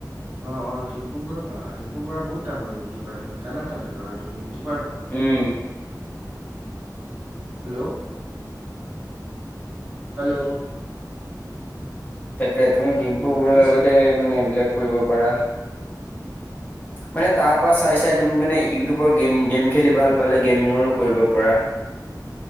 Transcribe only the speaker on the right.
অ', অ' ডিম্পুৰ পৰা বা ডিম্পু বৰুৱা বহুত ডাঙৰ ইউটিউবাৰ দেখোন জানানে নাজানা তুমি? ইউটিউবাৰ হয়।
হেল্ল'! হেল্ল'?
হেল্ল'
শুনিছা